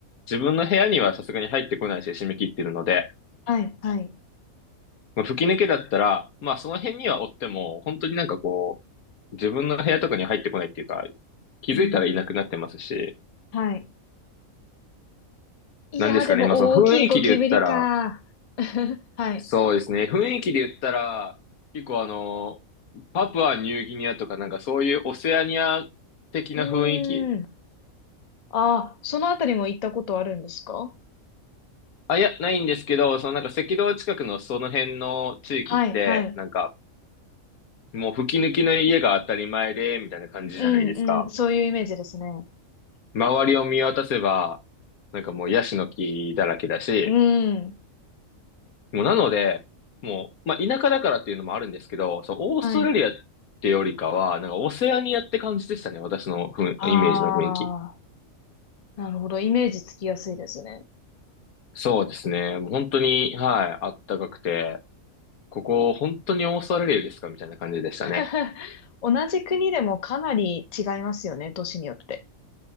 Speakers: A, on the left; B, on the left.
A: 自分の部屋にはさすがに入ってこないし、締め切ってるので。
B: はい、はい。
A: まあ、吹き抜けだったら、まあその辺には追っても、本当になんかこう、自分の部屋とかに入ってこないっていうか、気づいたらいなくなってますし、
B: うん、はい。いやー、
A: なんですかね、
B: でも大きいゴキブリか。
A: まあその雰囲気で言ったら、
B: <laughs> はい。
A: そうですね、雰囲気で言ったら、結構あの、パプアニューギニアとかなんかそういうオセアニア的な雰囲気、
B: うーん。あそのあたりも行ったことあるんですか
A: あ、いや、ないんですけど、そのなんか赤道近くのその辺の地域って、
B: はい、はい。
A: なんかもう吹き抜きの家が当たり前で、みたいな感じじゃないですか。
B: うん、うん。そういうイメージですね。
A: 周りを見渡せば、なんかもうヤシの木だらけだし、
B: うん。
A: もうなので、もう、まあ、田舎だからっていうのもあるんですけど、そう、オーストラリアってよりかは、
B: はい。
A: なんかオセアニアって感じでしたね、私のふんイメージの雰囲気。
B: ああなるほど。イメージつきやすいですね。
A: そうですね、もう本当に、はい、あったかくて、ここ本当にオーストラリアですかみたいな感じでしたね。
B: <laughs> 同じ国でもかなり違いますよね、都市によって。